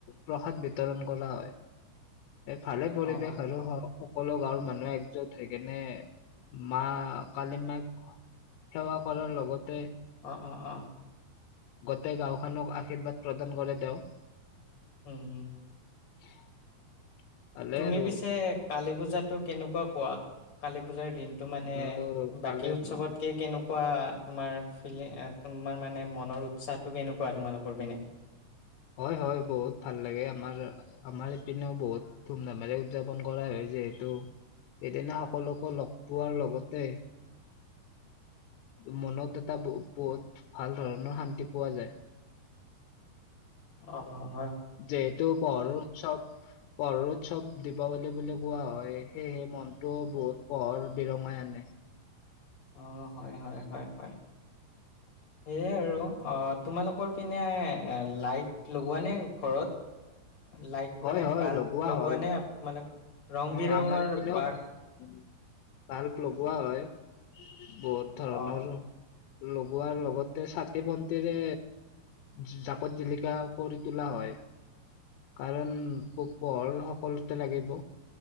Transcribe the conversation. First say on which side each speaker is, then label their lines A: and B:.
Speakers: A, on the left; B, on the left.
A: প্ৰসাদ বি বিতৰণ কৰা হয়। এ, ভালে পৰিৱেশ
B: অ', অ',
A: আৰু হয় অ সকলো গাঁৱৰ মানুহে একজোট হৈ কেনে মা কালি মাক সেৱা কৰাৰ লগত তে
B: অ', অ', অ',
A: গোটেই গাঁওখনক আশীৰ্বাদ প্ৰদান কৰে তেওঁ।
B: উম', উম'।
A: <inaudible>
B: তুমি
A: আৰু
B: পিছে কালী পূজাটো কেনেকুৱা পোৱা, কালী পূজাৰ দিনটো মানে
A: অ কালি
B: বাকী উৎসৱতকে
A: উম,
B: কেনে কুৱা তোমাৰ ফিলিঙ এ, তোমাৰ মানে মনৰ উৎসাহটো কেনেকুৱা, তোমালোকৰ পিনে।
A: হয়, হয়, বহুত ভাল লাগে আমাৰ, আমাৰ ইপিনেও বহুত ধুম ধামেৰে উদযাপন কৰা হয় যিহেতু, সেইদিনা সকলোকো লগ পোৱাৰ লগতে মনত এটা ব বৌত ভাল ধৰণৰ শান্তি পোৱা যায়।
B: অ', অ'।
A: যিহেতু পহৰৰ উৎসৱ পহৰৰ উৎসৱ দীপাৱলী বুলি কোৱা হয়, সেয়েহে মনটো বহুত পহৰ বিৰঙাই আনে।
B: অ', হয়, হয়, হয়, হয়, সেয়াই আৰু অ', তোমালোকৰ পিনে লাইট লগোৱানে ঘৰত। লাইট
A: হয়
B: মানে
A: হয়
B: বাল্ব লগোৱা
A: হয়
B: নে মানে ৰং
A: উম
B: বিৰঙৰ
A: আমাৰ ইপিনেও
B: প্ৰাত
A: বাল্ব লগোৱা হয়। বহুত ধৰণৰ।
B: অ
A: লগোৱাৰ লগতে চাকি বন্তিৰে জাকত জিলিকা কৰি তোলা হয় কাৰণ পো পোহৰ সকলোতে লাগিব